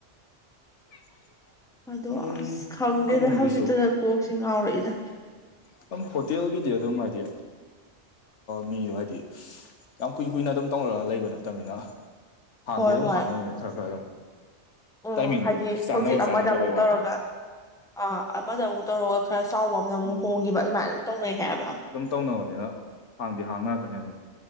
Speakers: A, on the left; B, in the centre.
A: <inaudible>
B: ꯑꯗꯣ
A: ꯑꯗꯨꯝ
B: ꯑꯁ ꯈꯪꯗꯦꯗ
A: ꯀꯩꯅꯣꯒꯤꯁꯨ
B: ꯍꯧꯖꯤꯛꯇꯗ ꯀꯣꯛꯁꯤ ꯉꯥꯎꯔꯛꯏꯗ
A: ꯑꯗꯨꯝ ꯍꯣꯇꯦꯜꯒꯤꯗꯤ ꯑꯗꯨꯝ ꯍꯥꯏꯗꯤ ꯃꯤꯗꯣ ꯍꯥꯏꯗꯤ ꯌꯥꯝ ꯀꯨꯏ ꯀꯨꯏꯅ ꯑꯗꯨꯝ ꯇꯧꯔꯒ ꯂꯩꯕ ꯅꯠꯇꯅꯤꯅ ꯍꯥꯡꯗꯤ
B: ꯍꯣꯏ
A: ꯑꯗꯨꯝ
B: ꯍꯣꯏ
A: ꯍꯥꯡꯅꯅꯤꯅ ꯈꯔ ꯈꯔ ꯑꯗꯨꯝ
B: ꯎꯝ
A: ꯇꯥꯏꯃꯤꯡꯗꯣ
B: ꯍꯥꯏꯗꯤ
A: ꯆꯥꯅꯕ
B: ꯍꯧꯖꯤꯛ ꯑꯃꯗ
A: ꯆꯥꯅꯗꯕꯩ
B: ꯑꯃꯨꯛ
A: ꯋꯥꯅꯤ
B: ꯇꯧꯔꯒ ꯑꯥ ꯑꯃꯗ ꯑꯃꯨꯛ ꯇꯧꯔꯒ ꯈꯔ ꯆꯥꯎꯕ ꯑꯃꯅ ꯑꯃꯨꯛ
A: ꯎꯝ
B: ꯍꯣꯡꯈꯤꯕ ꯑꯗꯨꯃꯥꯏꯅ ꯑꯗꯨꯝ ꯇꯧꯅꯩ ꯍꯥꯏꯕ
A: ꯑꯗꯨꯝ ꯇꯧꯅꯕꯅꯤꯅ ꯍꯥꯡꯗꯤ ꯍꯥꯡꯅꯔꯛꯀꯅꯤ ꯑꯗꯨꯝ